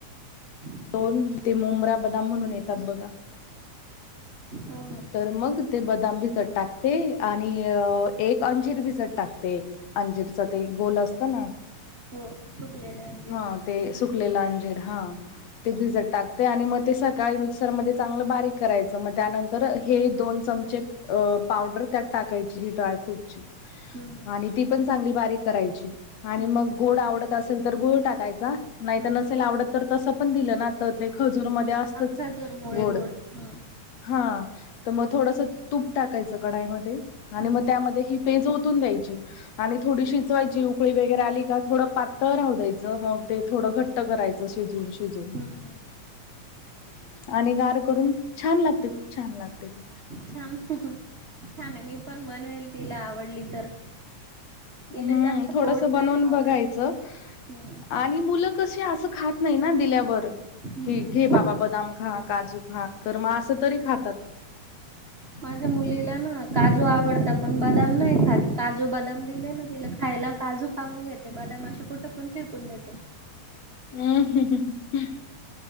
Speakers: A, on the right; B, on the left.
A: <inaudible>
B: दोन ते मुमरा बदाम म्हणून येतात
A: हम्म
B: बघा.
A: हो हो
B: तर मग ते बदाम भिजत टाकते. आणि एक अंजिर भिजत टाकते. अंजिरच ते गोल असत ना.
A: हो सुकलेले अंजीर
B: ह. ते सुकलेल अंजिर हा. ते भिजत टाकते. आणि म ते सकाळी मिक्सरमध्ये चांगलं बारीक करायचं. म त्यानंतर हे दोन चमचे अ पावडर त्यात टाकायची ही ड्रायफ्रूट ची.
A: हम्म
B: आणि ती पण चांगली बारीक करायची. आणि
A: हम्म
B: मग गोड आवडत असेल तर गुळ टाकायचा. नाही
A: हम्म
B: त नसेल आवडत तर तस पण दिलं ना तर ते खजूर म ध्ये आसतच
A: हा खजूर मुळे
B: गोड.
A: हम्म
B: हा, त म थोडस तूप टाकायचं कडईमध्ये. आणि
A: हम्म
B: मग त्यामध्ये हि पेज ओतून द्यायची. आणि थोडी शिजवायची. उकळी वैगेरी आली का थोड पा त राहू द्यायचं. मग ते थोडं घट्ट करायचं. शिजवून शिजवून.
A: हम्म हम्म
B: आणि गार करून छान लागते. खूप छान लागते ती.
A: छान, छाने. मी पण बनवेल तिला आवडली तर. तिला
B: हम्म,
A: जास्त
B: थोडस
A: गोड
B: बनवून
A: नाही आवडत
B: बघायचं.
A: हम्म
B: आणि मुलं कशी, असं खात नाही ना दिल्यावर.
A: हम्म
B: की घे बाबा बदाम खा, काजू खा, तर म आसं तरी खातात.
A: माझ्या मुलीला ना काजू आवडत. पण बदाम नाही खात. काजू बदाम दिले ना तिला खायला काजू खाऊन घेते. बदाम आशे कुठपण फेकून देते.
B: अम्म <unintelligible>